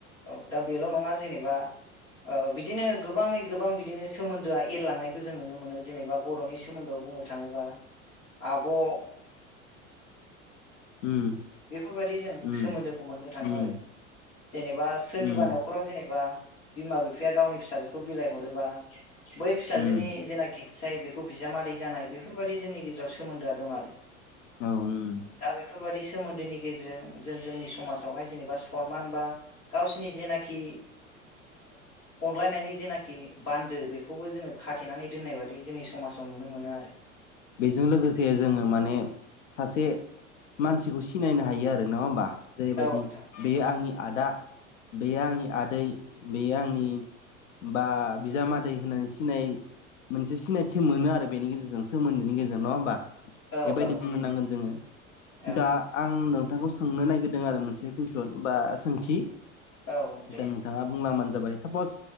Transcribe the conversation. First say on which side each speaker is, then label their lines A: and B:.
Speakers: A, on the left; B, on the left.
A: औ दा बेल' नङा जेनेबा बिदिनो गोबाङै गोबां बिदिनो सोमोन। दोआ एरलांनायखौ जों नुनो मोनो जेनेबा बर'नि सोमोन्दोआव बुंनो थाङोबा। आब'।
B: उम
A: बेफोरबायदि जों
B: उम
A: सोमोन्दोखौ मोननो थाङो
B: उम
A: आरो।
B: उम
A: जेनेबा सोरनिबा
B: उम
A: न'खराव जेनेबा बिमा बिफाया गावनि फिसाजोखौ बिलाइ हरोबा बै फिसाजोनि
B: उम
A: जेनाखि फिसाइ खौ बिजामादै जानाय बेफोरबायाददि जोंनि गेजेराव सोमोन्दोआ दं आरो
B: औ उम
A: दा बे बेफोरबायदि सोमोन्दोनि गेजेरजों जों जोंनि समाजावहाय जेनेबा सनमान बा गावसोरनि जेनाखि अनलायनायनि जेनाखि बान्दो बेखौबो जोङो खाथेनानै दोननाय बादि जोंनि समाज साव नुनो मोनो आरो।
B: बेजों लोगोसे जोङो माने सासे मानसिखौ सिनायनो हायो आरो नङा होमबा जेरैबायदि
A: औ नोंथां
B: बेयो आंनि आदा बेयो आंनि आदै बेयो आंनि बा बिजामादै होननानै सिनाय मोनसे सिनायथि मोनो आरो बेनि गेजेरजों सोमोन्दोनि गेजेरजों नङा होनबा
A: औ
B: बेबायदि
A: औ
B: बुंनो नांगोन जोङो
A: औ
B: दा आं नों। नोंथांखौ सोंनो नागिरदों आरो मोनसे कुइसन बा सोंथि
A: औ दे
B: दा नोंथाङा बुंलांबानो। जाबाय सापस